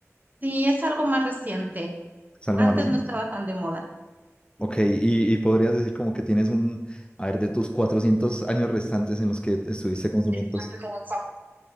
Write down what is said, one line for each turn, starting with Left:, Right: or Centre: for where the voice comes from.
Right: Sí, es algo más reciente.
Left: Es algo
Right: Antes
Left: más reciente.
Right: no estaba tan de moda.
Left: Ok, y, y podrías decir como que tienes un, a ver, de tus 400 años restantes en los que estuviste consumiendo,
Right: ¿Cuánto queda en sábado?